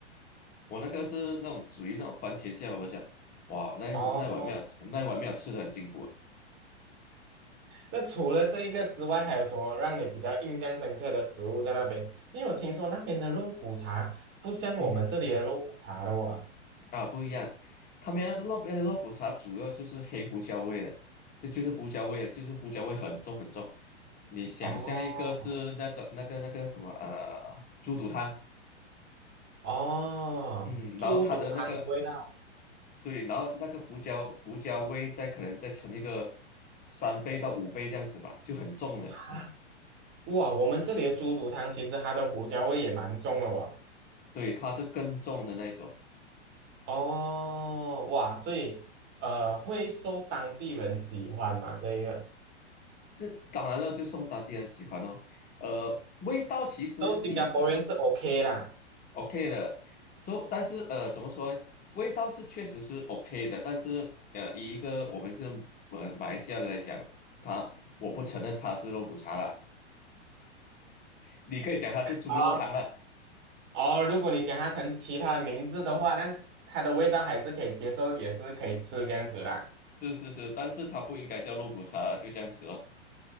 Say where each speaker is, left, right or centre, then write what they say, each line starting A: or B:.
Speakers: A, on the left (about 25°); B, on the right (about 35°).
A: 我那个是那种属于那种番茄酱，我想，哇，那那碗面那碗面吃的很辛苦，
B: 哦那除了这一个之外，还有什么让你比较印象深刻的食物在那边？因为我听说那边的肉骨茶不像我们这里的肉骨茶的哇。
A: 嗯啊不一样，他们那边的肉骨茶主要就是黑胡椒味的，就就是胡椒味，的，就是胡椒味很重很重。你想象一个是那种那个那个什么呃
B: 哦
A: 猪肚汤，
B: 哦，
A: 嗯，
B: 猪肚汤的味道
A: 然后它的那个对，然后那个胡椒胡椒味再可能再乘一个三倍到五倍这样子吧，就很重了，
B: 啊！哇，我们这里的猪肚汤其实它的胡椒味也蛮重的哇。
A: 对，它是更重的那一种。
B: 哦哇，所以呃会受当地人喜欢嘛？这一个，
A: 这当然了，就送当地人喜欢哦。呃，味道其实你
B: 都新加坡人是 OK 啦。
A: OK 的，so, 但是呃，怎么说？味道是确实是 OK 的，但是呃，以一个我们是呃马来西亚人来讲，他我不承认它是肉骨茶啦，你可以讲它是猪肉汤啦，
B: 啊。哦，如果你将它成其他的名字的话，那它的味道还是可以接受，也是可以吃这样子啦。
A: 是是是，但是它不应该叫肉骨茶啦，就这样子哦。